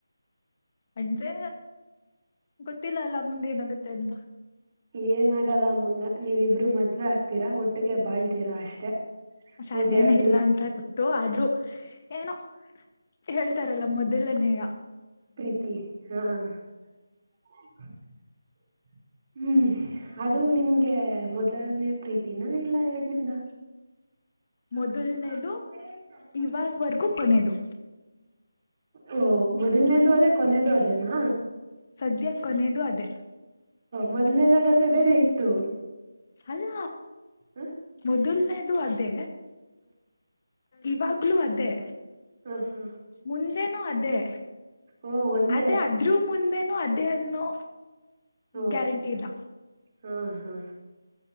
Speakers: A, on the left (about 35°); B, on the right (about 30°).
A: ಅಂದ್ರೆ ಗೊತ್ತಿಲ್ಲ ಅಲ್ಲ ಮುಂದೆ ಏನಾಗುತ್ತೆ ಅಂತ
B: ಏನ ಆಾಗಲ್ಲ ಮುಂದೆ ನೀವಿ ಇಬ್ರು ಮದ್ುವೆ ಆಗ್ತೀರಾ ಒಟ್ಟಿಗೆ ಬಾಳ್ತೀರಾ ಅಷ್ಟೆ
A: ಸಾಧ್ಯನೇ
B: ಒಂದೆರಡು
A: ಇಲ್ಲ ಅಂತ ಗೊತ್ತು ಆದ್ರೂ ಏನೋ. ಹೇಳ್ತಾರಲ್ಲ ಮೊದಲನೇಯ.
B: ಪ್ರೀತಿ ಹಾ. <unintelligible> ಹ್ಮ್ ಅದು ನಿಮ್ಗೆ ಮೊದಲನೇ ಪ್ರೀತಿನ ಇಲ್ಲ ಎರಡನೇದ. <unintelligible>
A: ಮೊದಲನೇದು ಇವಾಗ್ವರ್ಗೂ ಕೊನೆದು
B: ಓ ಮೊದಲನೇದು ಅದೇ ಕೊನೆಯದುೂ ಅದೇನಾ.
A: ಸದ್ಯ ಕೊನದು ಅದೇ.
B: ಮೊದ್ಲೇದಾಗಾದ್ರೆ ಬೇರೆ ಇತ್ತು.
A: ಅಲ್ಲ.
B: ಹ
A: ಮೊದಲ್ನೇ. ಅದು ಅದೇ ಇವಾಗ್ಲುೂ ಅದೇ.
B: ಹ ಹ
A: ಮುಂದೆ. ಅದೇ.
B: ಓ ಒಂದೇ
A: ಅದೇ ಅದ್ರೂ ಮುಂದೆನು ಅದ ದೆ ಅನ್ನು.
B: ಓ
A: ಗ್ಯಾರಂಟಿ ಇಲ್ಲ
B: ಹಾ ಹಾ